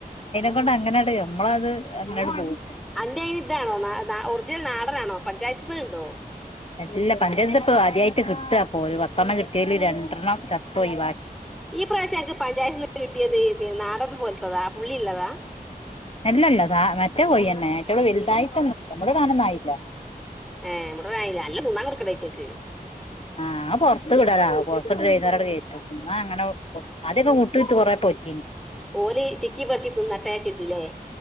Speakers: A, on the left; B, in the centre.
A: നമ്മളത് അങ്ങനെ അങ്ങട് പോകും
B: അന്റെ ഇതാണോ നാ നാ ഒറിജിനൽ നാടനാണോ പഞ്ചായത്തിന്നു ഇണ്ടോ
A: ഇല്ല പഞ്ചായത്തിന്നു ഇപ്പ ആദ്യായായിട്ട് കിട്ടുക അപ്പൊ ഒരു പത്തെണ്ണം കിട്ടിയല് രണ്ടെണ്ണം ചത്തോയി ബാ
B: ഈ പ്രാവശ്യം എനിക്ക് പഞ്ചായത്തിന്ന് കിട്ടിയത് പിന്നെ നാടന് പോലത്തതാ പുള്ളി ഉള്ളതാ
A: അല്ലല്ല സ മറ്റേ കോയി തന്നെ. <unintelligible> വലുതായിട്ടൊന്നു നമ്മള് <unintelligible>
B: ഏഹ് ഇവിടെ വാങ്ങിയില്ല നല്ലോം തിന്നാൻ കൊടുക്കേണ്ടേ അയ്റ്റക്ക്.
A: ആ അത് പൊറത്ത് വിടലാ പൊറത്ത്ട്ട് വൈകുന്നേരം ങ്ങട്ട് കേറ്റും തിന്നാൻ അങ്ങനെ കൊടുക്കും. ആദ്യൊക്കെ കൂട്ടിലിട്ട് കൊറേ പോറ്റി
B: ഓല് ചിക്കി പൊറുക്കി തിന്നട്ടേച്ച്ട്ട് ലെ